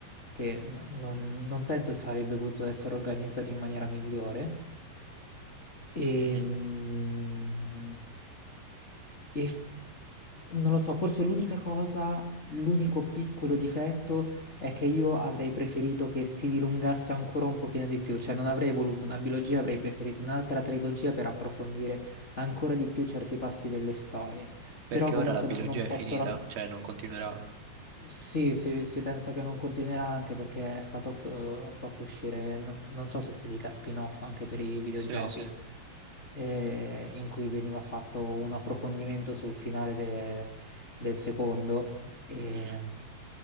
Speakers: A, on the left; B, on the right.
A: che n- non, non penso sarebbe potuto essere organizzato in maniera migliore. E,
B: Mhm.
A: mm, e f- non lo so, forse l'unica cosa, l'unico piccolo difetto è che io avrei preferito che si dilungasse ancora un pochino di più, cioè non avrei voluto una biologia, avrei preferito un'altra trilogia per approfondire ancora di più certi passi delle storie.
B: Perché
A: Però comunque
B: ora la biologia
A: no- non posso,
B: è finita?
A: la-
B: Cioè non continuerà?
A: Sì, si, si pensa che non continuerà anche perché è stato f- eh, fatto uscire, non, non so se si dica spin-off anche per i videogiochi,
B: Sì, sì.
A: eh, in cui veniva fatto un approfondimento sul finale de- del secondo. E,
B: Mm,